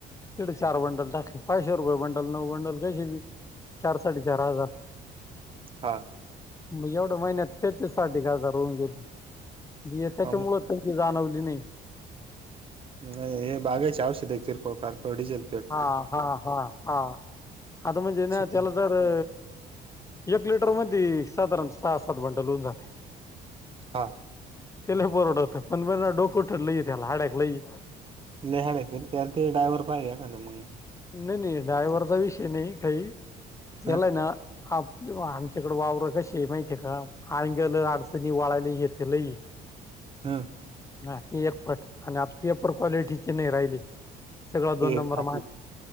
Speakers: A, on the left; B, on the right.
A: तेढे चार बंडल टाकले पायशे रुपये बंडल नऊ बंडल. कशी चार साडे चार हजार.
B: हां
A: मग एवढ्या महिन्यात त्याच्यासाठी घता रुम गेला त्याच्यामुळ.
B: हा मग
A: त्याची जाणवली नाही.
B: नाही हे बागेचे औषध किरकोळ कारकोळ डीझल
A: हा हा हा हा आता म्हणजे ना
B: सुट
A: तेला ज एक लिटर मधी साधारण सहा सात बंडल होऊन जात्या.
B: हा.
A: ते लई परवडतं पण मग डोकं ठरलं की त्याला त्याला हाड्याक लई.
B: लिहाड त्या ते डायवर पाहिजे एखाद मंग
A: नाही नाही ड्रायव्हरचा विषय नाही काही त्याला
B: ह
A: आहे ना आप आमच्याकडे वावर कशी माहितीे का अंग्यालं अडचणी वाळायला हे ते लई ये
B: हा
A: हा ते एक पट आणि आता पेपर क्वालिटीचे नाही राहिले सगळा दोन
B: हम्म
A: नंबर माग